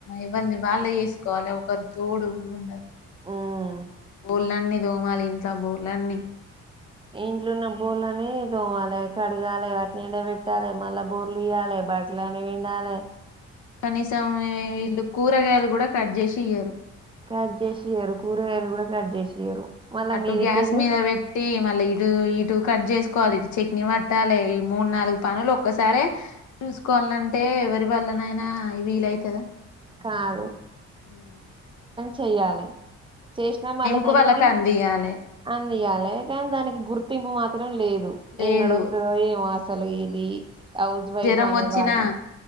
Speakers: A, on the left; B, on the right.
A: ఎవ్వల్దీ వాల్లే చేసుకోవాలి ఒక తోడు ఉండరు
B: ఉమ్
A: బోల్లన్ని తోమాలి ఇంట్ల బోల్లన్ని
B: ఇంట్లో ఉన్న బోల్లన్ని తోమాలే కడగాలి వాటి ఎండ పెట్టాలి మళ్ళా బోర్లీయ్యాలి బట్టల అన్ని పిండాలి
A: కనీసం వీళ్ళు కూరగాయలు కూడా కట్ చేసి ఇయ్యారు
B: కట్ చేసిఇయ్యరు కూరగాయలు కూడా కట్ చేసి ఇయ్యరు మల్ల
A: అటు
B: మీదికెళ్ళి
A: గ్యాస్ మీద పెట్టి మళ్ళీ ఇటు కట్ చేసుకోవాలి ఇటు చట్నీ పట్టాలి ఈ మూడు నాలుగు పనులు ఒక్కసారే చూసుకోవాలంటే ఎవరి వళ్లనైనా వీలైతదా
B: కాదు
A: మ్మ్ హ్
B: చెయ్యాలి చేసినా మళ్ళ
A: కు
B: దానికి
A: వాళ్ళకి అందియాలి
B: అందియ్యాలి కానీ దానికి గుర్తింపు మాత్రం లేదు
A: లేదు
B: ఏన్నాడోత్తదో ఏమో అసలు అసలు ఇది హౌస్ వైఫ్
A: జ్వరం
B: అనే
A: వచ్చినా
B: వాళ్ళు